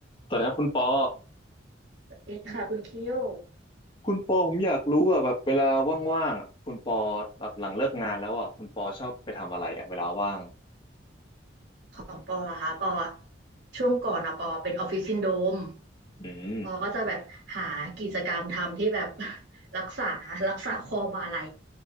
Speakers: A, on the left; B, on the right.
A: สวัสดีครับคุณปอ
B: สวัสดีค่ะคุณคิว
A: คุณปอผมอยากรู้อ่ะแบบเวลาว่างๆอะคุณปอแบบหลังเลิกงานแล้วอ่ะคุณปอชอบไปทำอะไรอ่ะเวลาว่าง
B: ของปออะค่ะปออะช่วงก่อนอะปอเป็นออฟฟิศซินโดรม
A: อืม
B: ปอก็จะแบบหากิจกรรมทำที่แบบ <laughs> รักษารักษาคอบ่าไหล่